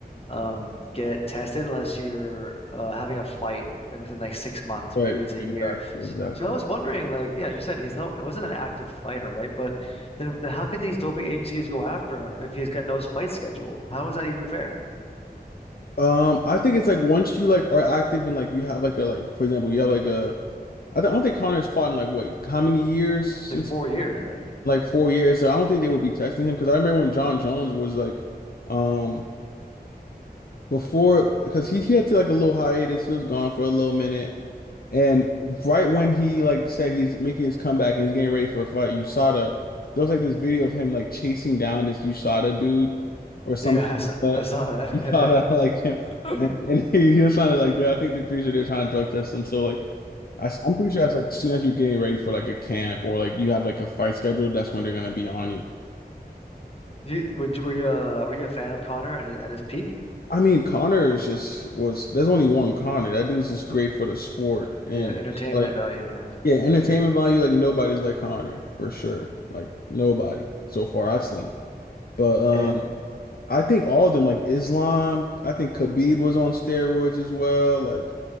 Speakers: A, on the left (about 35°); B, on the left (about 65°).
A: um, get tested unless you're uh, having a fight within like six months
B: right.
A: or maybe it's a
B: Exactly,
A: year. S-
B: exactly.
A: So I was wondering, like, yeah, you said he's no, it wasn't an active fighter, right? But then, then how can these doping agencies go after him if he's got no fight scheduled? How is that even fair?
B: Um, I think it's like once you like are active and like you have like a like for example, you have like a I th I don't think Connor's fought in like what how many years since
A: It's like four years, I think. <laughs>
B: like four years. So I don't think they would be texting him because I remember when John Jones was like, um, before because he, he had to like a little hiatus. He was gone for a little minute, and right when he like said he's making his comeback and he's getting ready for a fight, USADA, there was like this video of him like chasing down this USADA dude or something.
A: Yeah, I
B: Like
A: saw, I saw
B: that. <laughs>
A: that.
B: You saw that
A: <laughs>
B: <laughs> like him.
A: Yeah, yeah.
B: And, and he, he was trying to like, do I think they're pretty sure they're trying to drug test him. So like, I, am pretty sure that's like as soon as you're getting ready for like a camp or like you have like a fight scheduled, that's when they're gonna be on you.
A: You, would you- were you uh, were you a fan of Connor and at his peak?
B: I mean, Connor is just was there's only one Connor. That dude's just great for the sport and
A: Yeah, entertainment
B: like
A: value, man.
B: yeah, entertainment
A: Yeah,
B: value, like nobody's like Connor for sure. Like nobody so far I've seen. But um
A: and
B: I think all of them, like Islam, I think Khabib was on steroids as well. Like